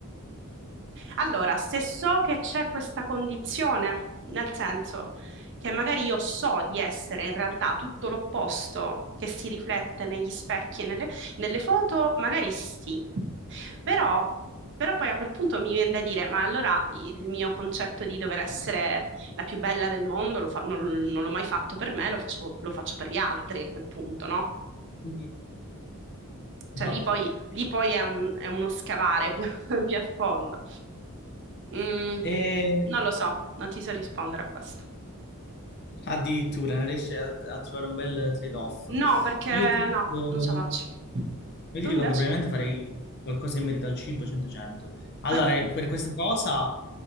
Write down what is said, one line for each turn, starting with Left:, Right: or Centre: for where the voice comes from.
Right: Allora, se so che c'è questa condizione, nel senso che magari io so di essere in realtà tutto l'opposto che si riflette negli specchi e nelle, nelle foto, magari sì. Però, però poi a quel punto mi viene da dire, ma allora il mio concetto di dover essere la più bella del mondo lo fa- non, non l'ho mai fatto per me, lo facevo- lo faccio per gli altri a quel punto, no?
Left: Mhm. Esatto.
Right: Cioè lì poi, lì poi è un- è uno scavare più <laughs> più a fondo. Mm,
Left: E,
Right: non lo so, non ti so rispondere a questo.
Left: Addirittura non riesce a, a trovare un bel trade-off.
Right: No, perché
Left: Io ti,
Right: no,
Left: eh,
Right: non ce la faccio.
Left: io
Right: Tu
Left: ti dico
Right: invece?
Left: che probabilmente farei qualcosa in merito al cibo 100-100. Allora,
Right: <laughs>
Left: eh, per questa cosa